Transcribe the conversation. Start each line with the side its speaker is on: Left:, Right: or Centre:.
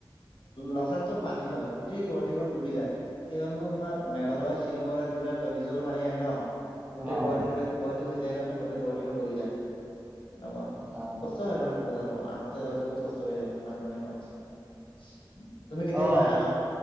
Left: লখৰাটো পানী হয়, গোটেই গুৱাহাটীখন ডুবি যায় কিয়নো, তোমাৰ মেঘালয় শ্বিলংৰ পৰা, যিবিলাক নিজৰ পানী আহে ন গোটেই
Right: অ
Left: গুৱাহাটীৰ,
Right: অ
Left: গুৱাহাটী হৈ যায় কাৰণে, গোটেই গুৱাহাটীখন ডুবি যায়, এনেকুৱা
Right: আচ্ছা
Left: কষ্ট হয় মানে বহুত আৰু, আহোঁতে যাওঁতে বহুত কষ্ট হৈ যায়, বান পানী সময়ত। তুমি কেতিয়াবা
Right: অ
Left: আহা